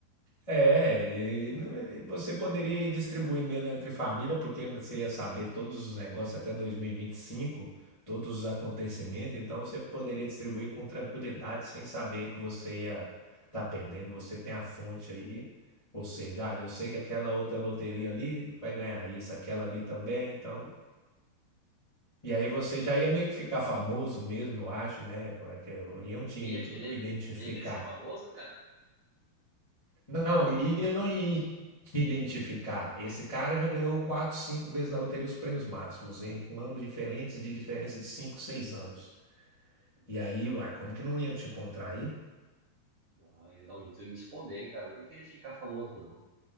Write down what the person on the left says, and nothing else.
É, e não, e você poderia ir distribuindo ele entre família, porque você ia saber todos os negócios até 2025, todos os acontecimentos, então você poderia distribuir com tranquilidade, sem saber que você ia estar perdendo, você tem a fonte aí, ou seja, ah, eu sei que aquela outra loteria ali vai ganhar isso, aquela ali também, então. E aí você já ia meio que ficar famoso mesmo, eu acho, né? Porque iam te
identificar.
Não, iam e te identificar. Esse cara já ganhou quatro, cinco vezes na loteria os prêmios máximos, em, com anos diferentes, de diferença de cinco, seis anos. E aí, uai, como que não ia te encontrar aí?